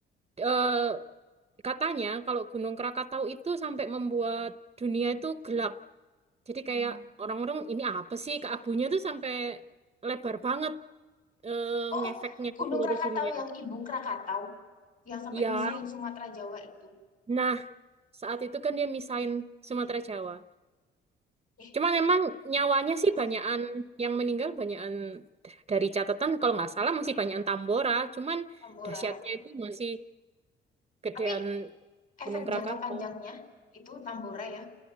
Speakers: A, on the right; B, on the left.
A: eh, katanya kalau Gunung Krakatau itu sampai membuat dunia itu gelap. Jadi kayak Hmm. orang-orang ini apa sih keabunya tuh sampai lebar banget eh,
B: oh
A: ngefeknya
B: Gunung
A: ke seluruh
B: Krakatau
A: dunia.
B: yang ibu Krakatau yang sampai
A: Ya,
B: misahin Sumatera Jawa itu
A: nah saat itu kan dia misain Sumatera Jawa.
B: eh
A: Cuman emang nyawanya sih
B: oh,
A: banyakan yang meninggal banyakan d- dari catatan kalau nggak salah masih banyakan Tambora. Cuman
B: Tambora
A: dahsyatnya
B: oh.
A: itu masih gedean
B: tapi
A: Gunung
B: efek
A: Krakatau.
B: jangka panjangnya itu Tambora ya